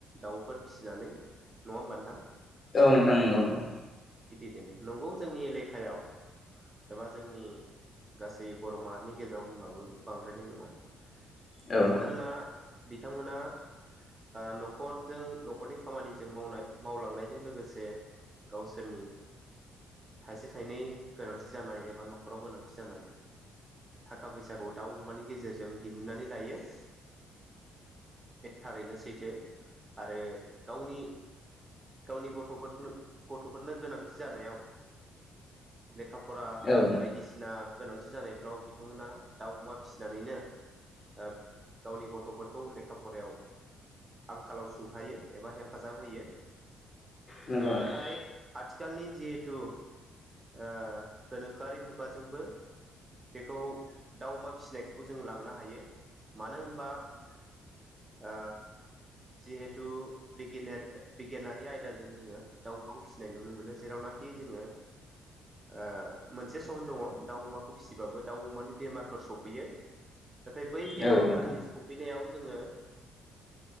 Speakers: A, on the right; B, on the left.
A: दाउफोर फिसिनानै नङा होमबा नोंथां
B: औ नोंथां नंगौ नंगौ
A: देनो नंगौ जोंनि एलेकायाव एबा जोंनि गासै बर' माहारिनि गेजेराव होनब्लाबो बांद्रायनाय नङा
B: औ
A: बिथांमोना
B: नोंथां
A: बिथांमोना ओ न'खरजों न'खरनि खामानिजों मावनाय मावलांनायजों लोगोसे गावसोरनि थाइसे थाइनै गोनांथि जानाय एबा न'खराव गोनांथि जानाय थाखा फैसाखौ दाउ अमानि गेजेरजों दिहुननानै लायो। बे थारैनो सैथो आरो गावनि गावनि गथ'फोरनो गथ'फोरनो गोनांथि जानायाव लेखा फरा
B: औ नोंथां
A: बायदिसिना गोनांथि जानायफ्राव बिथांमोना दाउ अमा फिसिनानैनो ओ गावनि गथ'फोर खौ लेखा फरायाव आंखालाव सुंथायो एबा हेफाजाब होयो।
B: नोंगौ नोंथां।
A: नाथाय आथिखालनि जिहेथु ओ गोनोखोआरि मुगाजोंबो बेखौ दाउ अमा फिसिनायखौ जों लांनो हायो मानो होनबा ओ जिहेथु बिगिनारि बिगियानारि आयदाजों जोङो दाउ अमाखौ फिसिनाय नुनो मोनो जेरावनाखि जोङो ओ मोनसे सम दङ दाउ अमाखौ फिसिबाबो दाउ अमानि बेमारफोर सफैयो नाथाय बै बेमारफोरनि
B: नंगौ औ नोंथां
A: सौ फैनायाव जोङो